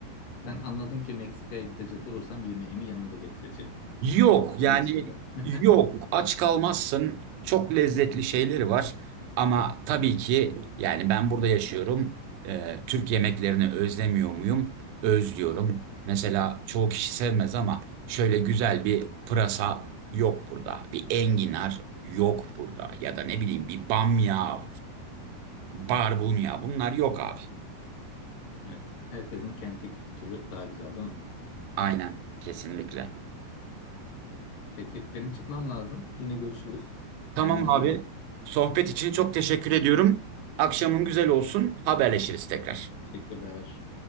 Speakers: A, on the left (about 55°); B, on the right (about 85°).
A: Ben anladım ki Meksika'ya gidecek olursam yemeğimi yanımda getireceğim.
B: Yok
A: Anlaşıldı.
B: yani
A: <laughs>
B: yok aç kalmazsın. Çok lezzetli şeyleri var. Ama tabii ki yani ben burada yaşıyorum. Ee, Türk yemeklerini özlemiyor muyum? Özlüyorum. Mesela çoğu kişi sevmez ama şöyle güzel bir pırasa yok burada. Bir enginar yok burada. Ya da ne bileyim bir bamya, barbunya bunlar yok abi.
A: Evet. Herkesin kendi kültürü daha güzel değil mi?
B: Aynen kesinlikle.
A: Peki benim çıkmam lazım. Yine görüşürüz.
B: Tamam
A: Kendine
B: abi.
A: iyi bak.
B: Sohbet için çok teşekkür ediyorum. Akşamın güzel olsun. Haberleşiriz tekrar.
A: Teşekkürler.